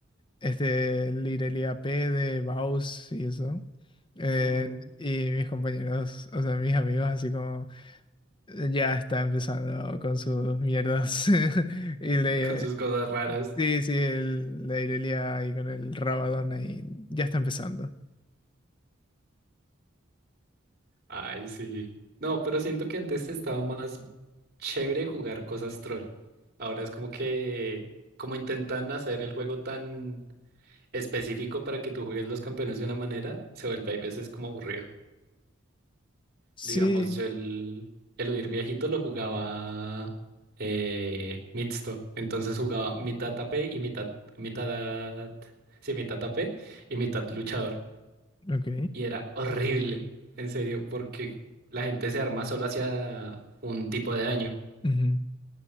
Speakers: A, on the left (about 25°); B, on the right (about 50°).
A: este, el Irelia AP de Baus y eso. Eh,
B: Ujú,
A: y mis compañeros, o sea, mis amigos, así como. Ya está empezando con sus mierdas. <laughs> Y le.
B: Con sus cosas raras.
A: Sí, sí, el, la Irelia ahí con el Rabadón ahí. Ya está empezando.
B: Ay, sí. No, pero siento que antes estaba más chévere jugar cosas troll. Ahora es como que, como intentan hacer el juego tan específico para que tú juegues los campeones de una manera, se vuelve a veces como aburrido.
A: Sí,
B: Digamos, yo el eludir viejito lo jugaba eh, mixto. Entonces jugaba mitad AP y mitad, mitad, sí, mitad AP y mitad luchador.
A: ok.
B: y era horrible, en serio, porque la gente se arma solo hacia un tipo de daño.
A: ujú,